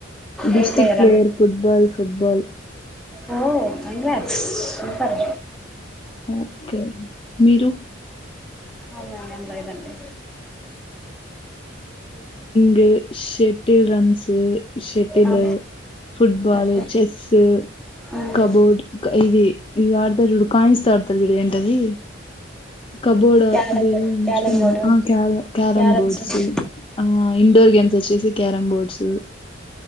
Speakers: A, on the left; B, in the centre.
A: డిస్టిక్
B: ఏ ప్లేయరా
A: ప్లేయర్
B: మీరు
A: ఫుట్బాల్ ఫుట్బాల్
B: ఓ కంగ్రాట్స్ సూపర్
A: ఓకే మీరు
B: అవునండి <inaudible> అండి
A: గి షెటిల్ రన్సు షటిల్
B: ఆ
A: ఫుట్బాల్
B: ఓకే
A: చెస్సు
B: మ్మ్
A: కబోర్డ్ ఇది ఇది ఆడతారు చూడు కాయిన్స్ తో ఆడతారు చూడు ఏంటది కబోర్డ్
B: క్యారం
A: అదేం
B: బోర్డ్
A: మర్చిపోయినాను
B: క్యారం బోర్డు
A: ఆ క్యార క్యారం
B: క్యారమ్స్
A: బోర్డ్స్
B: ఓకే
A: ఆ ఇండోర్ గేమ్స్ వచ్చేసి క్యారం బోర్డ్స్